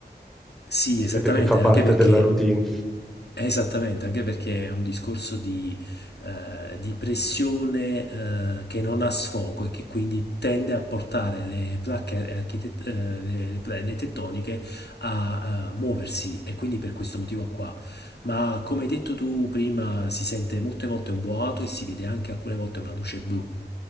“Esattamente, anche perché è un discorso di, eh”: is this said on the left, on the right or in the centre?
Left